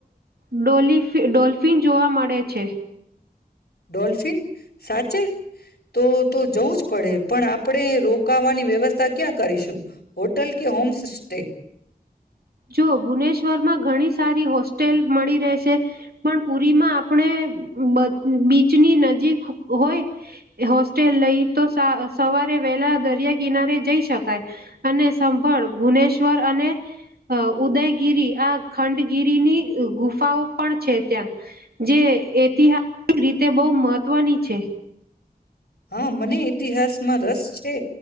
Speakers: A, on the right; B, on the left.
A: ડોલી ડોલ્ફિન જોવા મળે છે.
B: ડોલ્સિન, સાત ચે, તો તો જવું જ પડે પણ આપણે રોકાવાની વ્યવસ્થા ક્યાં કરીશું, હોટલ કે હોમ સ્ટે?
A: જો ભુવનેશ્વર માં ઘણી સારી હોસ્ટેલ મળી રહેશે, પણ પુરીમાં આપણે બીચની નજીક હોય, હોસ્ટેલ લઈ તો સવારે વહેલા દરિયા કિનારે જઈ શકાય, અને સંભળ ભુવનેશ્વર અને. અ ઉદયગીરી આ ખંડગીરીની ગુફાઓ પણ છે ત્યાં, જે ઐતિહાસિક રીતે બહુ મહત્વની છે.
B: હા મને ઇતિહાસ માં રસ છે.